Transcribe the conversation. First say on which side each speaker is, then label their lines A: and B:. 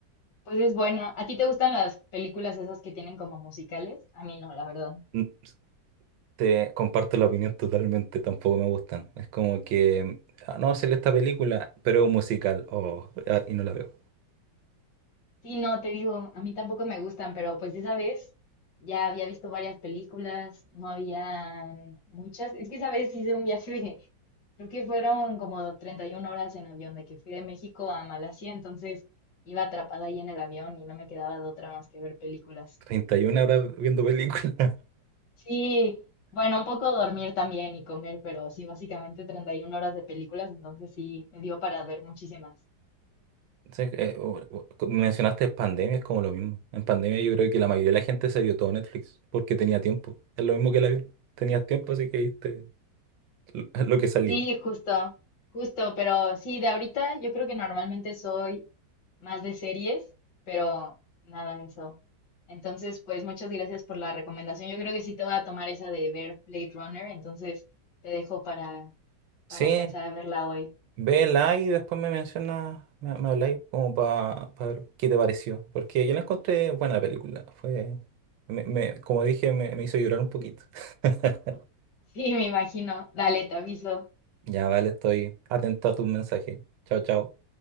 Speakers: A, on the left (about 70°); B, on the right (about 85°).
A: Pues es bueno. ¿A ti te gustan las películas esas que tienen como musicales? A mí no, la verdad.
B: Mm, Te comparto la opinión totalmente, tampoco me gustan. Es como que... ah, No, sale esta película, pero es un musical. Oh, ah, y no la veo.
A: Sí, no, te digo, a mí tampoco me gustan, pero pues esa vez ya había visto varias películas, no habían muchas. Es que esa vez hice un viaje de, creo que fueron como 31 horas en avión, de que fui de México a Malasia, entonces iba atrapada ahí en el avión y no me quedaba de otra más que ver películas.
B: 31 horas viendo películas.
A: Sí, bueno, un poco dormir también y comer, pero sí, básicamente 31 horas de películas, entonces sí, me dio para ver muchísimas.
B: Sí, eh, o- o- mencionaste pandemia, es como lo mismo. En pandemia yo creo que la mayoría de la gente se vio todo Netflix porque tenía tiempo. Es lo mismo que el avión. Tenías tiempo, así que viste l- <laughs> lo que salía.
A: Sí, justo, justo, pero sí, de ahorita yo creo que normalmente soy más de series, pero nada de eso. Entonces, pues muchas gracias por la recomendación. Yo creo que sí te voy a tomar esa de ver Blade Runner, entonces te dejo para,
B: Sí,
A: para alcanzar a verla hoy. <laughs>
B: vela y después me mencionas, me, me habláis como para ver qué te pareció. Porque yo la encontré buena película. Fue, me, me- como dije, me, me hizo llorar un poquito. <laughs>
A: Sí, me imagino. Dale, te aviso.
B: Ya vale, estoy atento a tus mensajes. Chao, chao.